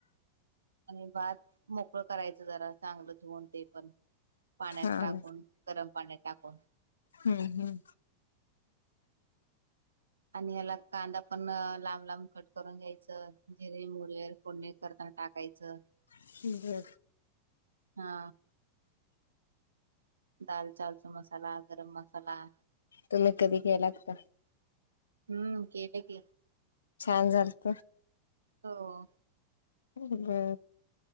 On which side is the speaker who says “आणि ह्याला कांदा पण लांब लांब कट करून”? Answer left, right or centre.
Right